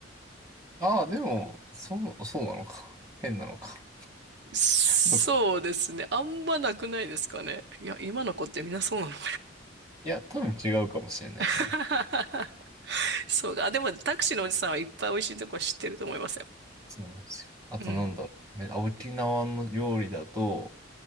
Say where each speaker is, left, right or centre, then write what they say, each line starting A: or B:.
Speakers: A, on the right; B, on the right.
A: ああ、でも、そう、そうなのか。変なのか。
B: <laughs> そうですね。
A: うん
B: あんまなくないですかね。いや、今の子ってみんなそうなのか
A: いや、多分違うかもしれないですね。
B: な <laughs> そうか。あでも、タクシーのおじさんはいっぱい美味しいとこ知ってると思いますよ。
A: そうなんですよ。あとなんだろう。
B: うん。
A: め沖縄の料理だと、